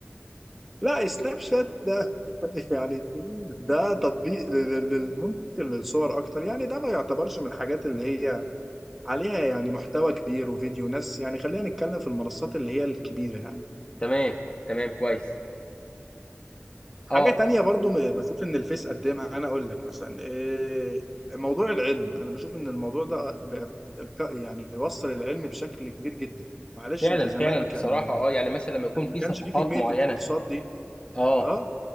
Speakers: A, in the centre; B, on the left.
A: لا لا، سناب شات ده <laughs> يعني ده تطبيق لل- لل- ممكن للصور اكتر يعني ده ما يعتبرش من الحاجات اللي هي عليها يعني محتوى كبير وفيديو ناس يعني خلينا نتكلم في المنصات اللي هي الكبيرة يعني
B: تمام تمام كويس
A: حاجة
B: اه
A: تانية برضو م- بشوف إن الفيس قدمها أنا أقول لك مثلا إيه موضوع العلم أنا بشوف إن الموضوع ده ب- ك- يعني وصل العلم بشكل كبير جدا معلش
B: فعلا
A: أنت زمان
B: فعلا بصراحه
A: كان
B: اه يعني مثلا لما يكون
A: كان
B: في
A: ما كانش
B: صفحات
A: فيه كمية
B: معينه
A: الكورسات دي
B: اه
A: أه